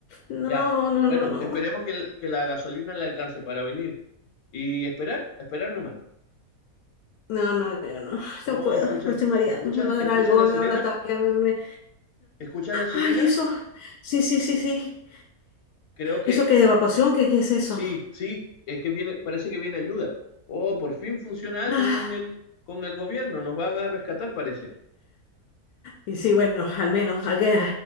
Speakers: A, on the left (about 80°); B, on the left (about 75°).
A: no,
B: Ya.
A: no,
B: Bueno,
A: no.
B: esperemos que, el- que la gasolina le alcance para venir. Y esperar, esperar nomás.
A: No, no, yo no,
B: Oh,
A: no puedo,
B: escuchas,
A: me estoy mareando,
B: escuchas,
A: me va a dar
B: escuchas
A: algo,
B: la
A: me
B: sirena,
A: da un ataque, me, me-
B: escuchas la sirena.
A: Ay, eso. Sí, sí, sí, sí.
B: Creo que
A: ¿Eso qué de evacuación? ¿Qué, qué es eso?
B: sí, sí, es que viene, parece que viene ayuda. Oh, por fin funciona algo
A: Ah,
B: con el, con el gobierno, nos van a rescatar, parece.
A: y sí, bueno, al menos alguien